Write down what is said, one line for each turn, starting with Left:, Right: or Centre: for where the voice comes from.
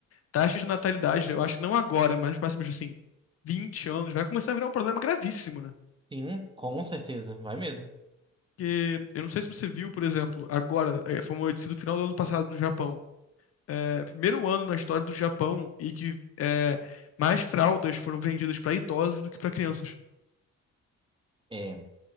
Left: taxa de natalidade, eu acho que não agora, mas nos próximos, assim, 20 anos, vai começar a virar um problema gravíssimo, né?
Right: Sim, com certeza, vai mesmo.
Left: Porque eu não sei se você viu, por exemplo, agora, eh, foi uma notícia do final do ano passado do Japão, é, primeiro ano na história do Japão e que é, mais fraldas foram vendidas para idosos do que para crianças.
Right: É.